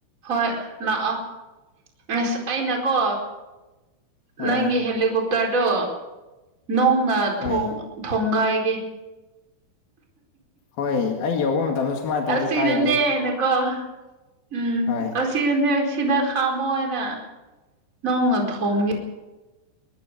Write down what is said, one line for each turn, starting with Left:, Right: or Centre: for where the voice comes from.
Right: ꯍꯣꯏ ꯂꯥꯛꯑꯣ ꯑꯁ ꯑꯩꯅꯀꯣ
Left: ꯍꯣꯏ
Right: ꯅꯪꯒꯤ ꯍꯦꯂꯤꯀꯣꯞꯇꯔꯗꯣ ꯅꯣꯡꯅ
Left: ꯍꯣꯏ
Right: ꯊꯣꯡ ꯊꯣꯡꯒꯥꯏꯒꯦ
Left: ꯍꯣꯏ ꯑꯩ ꯌꯧꯕ ꯃꯇꯝꯗ ꯁꯨꯃꯥꯏꯅ ꯇꯧꯁꯨ
Right: ꯑꯁꯤꯅꯅꯦꯅꯀꯣ
Left: ꯀꯥꯏꯗꯦ
Right: ꯎꯝ
Left: ꯍꯣꯏ
Right: ꯑꯁꯤꯗꯅꯦ ꯑꯁꯤꯗ ꯈꯥꯝꯃꯣ ꯍꯥꯏꯅ ꯅꯣꯡꯅ ꯊꯣꯝꯒꯦ